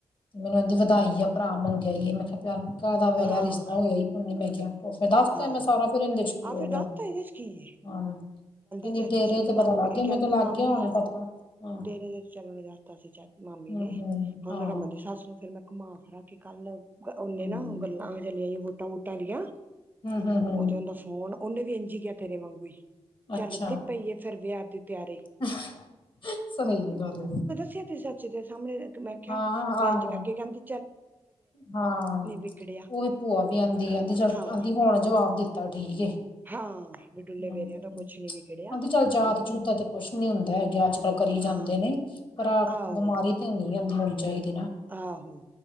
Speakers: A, on the left; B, on the right.
A: ਤੇ ਮੈਨੂੰ ਆਂਦੀ ਵਧਾਈ ਆ, ਭਰਾ ਮੰਗ ਆਈ ਏ। ਮੈਂ ਖਿਆ ਭੈਣ ਕਾਹਦਾ ਮੈਂ ਕਿਹਾ
B: ਹਾਂ
A: ਰਿਸ਼ਤਾ ਹੋਇਆ ਹੀ ਕੋਈ ਨੀਂ ਮੈਂ ਕਿਆ ਤਾਂ ਫੇਰ ਦੱਸਦਾ
B: ਹਾਂ
A: ਮੈਂ ਸਾਰਾ ਫਿਰ ਇਹਦੇ ਚ ਕੀ
B: ਆਹ
A: ਹੋ
B: ਫੇਰ
A: ਗਿਆ।
B: ਦੱਸਤਾ ਇਹਦੇ ਚ ਕੀ ਏ
A: ਕਹਿੰਦੀ
B: ਚਾਚੀ
A: ਡੇਰੇ ਤੇ
B: ਮਾਮੀ
A: ਪਤਾ ਲੱਗ ਗਿਆ
B: ਕਹਿੰਦੀ
A: ਮੈਂ ਤੇ ਲੱਗ
B: ਮਾਮੀ
A: ਗਿਆ ਹੋੁਣਾ ਪਤਾ। ਹਾਂ।
B: ਚੱਲਣ ਨੂੰ ਰਸਤਾ ਸੀ ਮਾਮੀ
A: ਹੂੰ
B: ਨੇਂ
A: ਹੂੰ
B: ਹੁਣ
A: ਹਾਂ
B: ਰਮਨ ਦੀ ਸੱਸ ਨੂੰ ਫੇਰ ਮੈਂ ਘੁਮਾ ਫਰਾ ਕਿ ਕੱਲ ਉਹਨੇਂ
A: ਹੂੰ
B: ਨਾ ਗੱਲਾਂ ਚਲੀਆਂ ਜੇ ਵੋਟਾਂ ਵੂਟਾਂ ਦੀਆਂ
A: ਹੂੰ ਹੂੰ ਹੂੰ
B: ਉਹ ਤੇ ਉਹਦਾ ਫੋਨ ਉਹਨੇਂ ਵੀ ਇੰਝ ਕਿਹਾ ਤੇਰੇ ਵਾਂਗੂ ਈਂ ਚੱਲਦੀ
A: ਅੱਛਾ
B: ਪਈਏ ਫੇਰ ਵਿਆਹ ਦੀ ਤਿਆਰੀ
A: <unintelligible> ਸਹੀ ਗੱਲ ਏ।
B: ਅੱਛੇ ਤੁ ਸੱਚੀ ਤੇਰੇ ਸਾਹਮਣੇ ਮੈਂ ਖਿਆ,
A: ਹਾਂ
B: ਵਿਅੰਜ
A: ਆਹੋ
B: ਕਰਕੇ ਕਹਿੰਦੀ
A: ਹਾਂ,
B: ਵਿਗੜਿਆ
A: ਉਹ ਵੀ ਭੂਆ ਵੀ ਆਹਂਦੀ, ਆਂਦੀ
B: ਹਾਂ
A: ਆਂਦੀ ਹੁਣ ਜਵਾਬ ਦਿੱਤ ਤਾਂ ਠੀਕ ਏ।
B: ਹਾਂ ਵੀ ਡੁੱਲੇ
A: <unintelligible>
B: ਬੇਰਿਆਂ ਦਾ ਕੁਛ ਨੀ ਵਿਗੜਿਆ
A: ਆਂਦੀ ਚੱਲ ਜਾਤ-ਜੂਤ
B: ਤੇ
A: ਦਾ ਕੁਛ ਨੀਂ ਹੁੰਦਾ। ਅੱਜ-ਕੱਲ ਕਰੀ
B: ਹਾਂ
A: ਜਾਂਦੇ ਨੇਂ। ਪਰ
B: ਆਹੋ
A: ਬਿਮਾਰੀ ਤੇ ਨੀਂ ਹੋਣੀ ਚਾਹੀਦੀ ਨਾਂ।
B: ਆਹੋ।